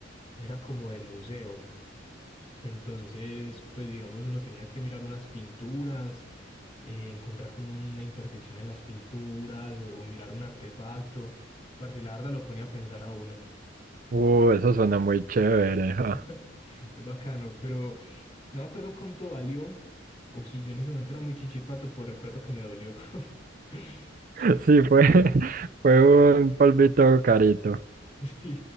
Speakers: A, on the left; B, on the right.
A: era como de museo. Entonces, pues digamos, uno tenía que mirar unas pinturas, eh, encontrar como una imperfección en las pinturas o, o mirar un artefacto. Parce, la verdad lo ponía a pensar a uno.
B: Uh, eso suena muy chévere. ja.
A: <laughs> Es bacano, pero no me acuerdo cuánto valió o si yo en ese momento era muy chichipato, pues recuerdo que me dolió. <laughs>
B: <laughs> Sí, fue, <laughs> fue un polvito carito.
A: Sí,